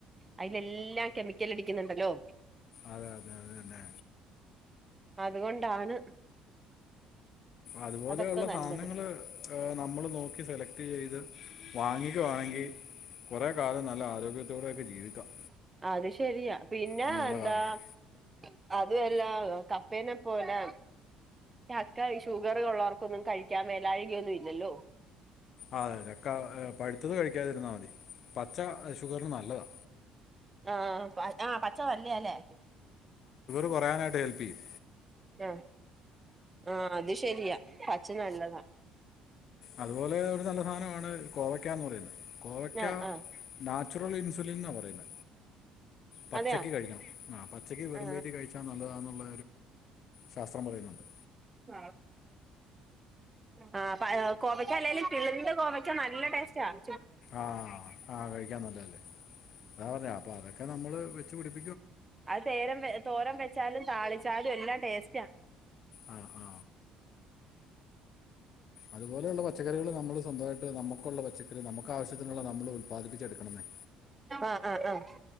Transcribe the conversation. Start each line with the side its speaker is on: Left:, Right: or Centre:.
Right: അയിലെല്ലാം കെമിക്കലടിക്കുന്നുണ്ടല്ലോ
Left: അതെ അതെ അത് തന്നെ
Right: അതുകൊണ്ടാണ്-
Left: അതുപോലെയുള്ള
Right: അതൊക്കെ നല്ലത്
Left: സാധനങ്ങള് നമ്മള് നോക്കി സെലക്ട് ചെയ്ത് വാങ്ങിക്കുവാണെങ്കി കൊറേ കാലം നല്ല ആരോഗ്യത്തോടെയൊക്കെ ജീവിക്കാം
Right: അത് ശരിയാ പിന്നെ
Left: ഇനിയുള്ള
Right: എന്താ-
Left: കാലത്ത്
Right: അതുവല്ലാ കപ്പേനെ പോലെ ചക്ക ഷുഗർ ഒള്ളോർക്കൊന്നും കഴിക്കാൻ മേലാഴികയൊന്നുംഇല്ലല്ലോ
Left: അതെ പഴുത്തത് കഴിക്കാതിരുന്ന മതി പച്ച ഷുഗറിന് നല്ലതാ
Right: ആ ആഹ് പച്ച നല്ലയാ ഇല്ലേ
Left: കൊറയാനായിട്ട് ഹെൽപ്പ് ചെയ്യും.
Right: ആ ആ അത് ശരിയാ <unintelligible> നല്ലതാ
Left: അതുപോലെ ഒരു നല്ല സാധനമാണ് കോവയ്ക്കാന്ന് പറയുന്നത്. ഗോവയ്ക്ക
Right: ആ ആ
Left: നാച്ചുറൽ ഇൻ <unintelligible> പറയുന്ന പച്ചക്ക
Right: അതെയോ
Left: കഴിക്കണം ആഹ് പച്ചക്കക്ക് വെറും
Right: ആ
Left: വയറ്റി കഴിച്ചാൽ നല്ലതാണുള്ള ശാസ്ത്രം പറയുന്നുണ്ട്
Right: <inaudible> ആ കോവക അല്ലെല് പിളിന്ദു കോവക നല്ല ടേസ്റ്റ് ആഹ്
Left: ആഹ് ആഹ് കഴിക്കാൻ നല്ലതല്ലേ <inaudible> അപ്പൊ അതൊക്കെ നമ്മള് വെച്ച് പി
Right: അത് തേരം തോരം വെച്ചാലും താളി ചാലും എല്ലാം ടേസ്റ്റ <inaudible>
Left: ആ ആ അതുപോലെയുള്ള പച്ചക്കറികൾ നമ്മള് സ്വന്തമായിട്ട് നമുക്കുള്ള പച്ചക്കറി നമുക്ക് ആവശ്യത്തിനുള്ള നമ്മള് ഉല്പാദിപ്പിച്ച എടുക്കണേ
Right: ആഹ് ആഹ് ആഹ്